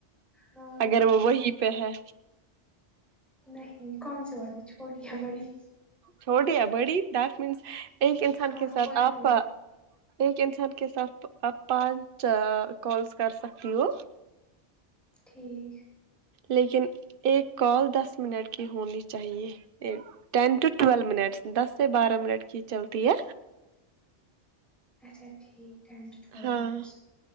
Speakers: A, in the centre; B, on the right (about 55°).
A: ہاں
B: اگر وہ وہی پہ ہے
A: نہیں کون سی والی چھوٹی یا بڑی
B: چھوٹی یا بڑی دیٹ مینس ایک انسان
A: ہاں
B: کے
A: ہاں
B: ساتھ
A: وہ ادھر
B: آپ
A: ہی
B: ایک انسان کے ساتھ آپ پانچ کالز کر سکتی ہو
A: ٹھیک
B: لیکن ایک کال دس منٹ کی ہونی چاہیے ٹین ٹو ٹوئل منٹس دس سے بارہ منٹ کی چلتی ہے
A: اچھا ٹھیک ٹین ٹو ٹویل
B: ہاں
A: منٹس